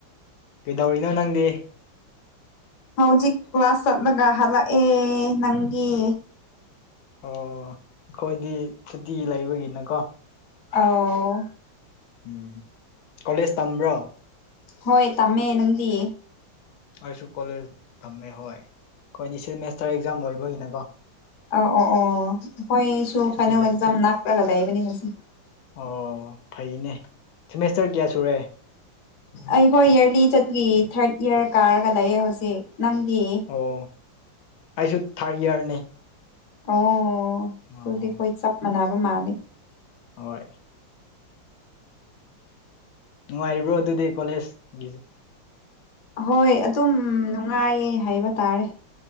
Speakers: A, on the left (about 85°); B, on the left (about 60°).
A: ꯀꯩꯗꯧꯔꯤꯅꯣ ꯅꯪꯗꯤ
B: ꯍꯧꯖꯤꯛ ꯀ꯭ꯂꯥꯁ ꯆꯠꯂꯒ ꯍꯜꯂꯛꯑꯦ ꯅꯪꯒꯤ
A: ꯑꯣ ꯈꯣꯏꯗꯤ ꯁꯨꯇꯤ ꯂꯩꯕꯒꯤꯅꯀꯣ
B: ꯑꯥꯎ
A: ꯎꯝ ꯀꯣꯂꯦꯖ ꯇꯝꯕ꯭ꯔꯣ
B: ꯍꯣꯏ ꯇꯝꯃꯦ ꯅꯪꯗꯤ
A: ꯑꯩꯁꯨ ꯀꯣꯂꯦꯖ ꯇꯝꯃꯦ ꯍꯣꯏ ꯈꯣꯏꯗꯤ ꯁꯤꯃꯦꯁꯇꯔ ꯑꯦꯛꯖꯥꯝ ꯂꯣꯏꯕꯒꯤꯅꯦꯀꯣ
B: ꯑ ꯑꯣ ꯑꯣ ꯈꯣꯏꯁꯨ
A: ꯁꯨꯇꯤ
B: ꯐꯥꯏꯅꯦꯜ
A: ꯂꯩ
B: ꯑꯦꯛꯖꯝ ꯅꯥꯥꯛꯂꯒ ꯂꯩꯕꯅꯦ ꯍꯣꯁꯤ
A: ꯑꯣ ꯐꯩꯅꯦ ꯁꯦꯃꯦꯁꯇꯔ ꯀꯌꯥ ꯁꯨꯔꯦ
B: ꯑꯩꯈꯣꯏ ꯏꯔꯂꯤ ꯆꯠꯄꯒꯤ ꯊꯥꯔꯠ ꯏꯌꯥꯔ ꯀꯥꯔꯒ ꯂꯩꯌꯦ ꯍꯧꯖꯤꯛ ꯅꯪꯗꯤ
A: ꯑꯣ ꯑꯩꯁꯨ ꯊꯥꯔꯠ ꯏꯌꯥꯔꯅꯦ
B: ꯑꯣ ꯑꯗꯨꯨꯗꯤ
A: ꯑꯣ
B: ꯈꯣꯏ ꯆꯞ ꯃꯥꯟꯅꯕ ꯃꯥꯜꯂꯤ
A: ꯍꯣꯏ ꯅꯨꯡꯉꯥꯏꯔꯤꯕ꯭ꯔꯣ ꯑꯗꯨꯗꯤ ꯀꯣꯂꯦꯖ ꯒꯤ
B: ꯍꯣꯏ ꯑꯗꯨꯝ ꯅꯨꯡꯉꯥꯏꯌꯦ ꯍꯥꯏꯕ ꯇꯥꯔꯦ